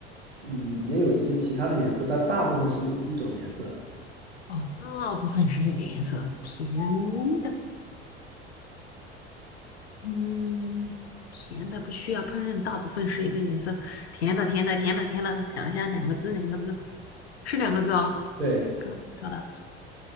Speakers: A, on the right; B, on the left.
A: 嗯，也有一些其他的颜色，但大部分是一种颜色，
B: 哦，大部分是一个颜色，甜的，嗯，甜的不需要烹饪，大部分是一个颜色，甜的，甜的，甜的，甜的，想一下，两个字，两个字，是两个字哦，
A: 对。
B: 刚刚说的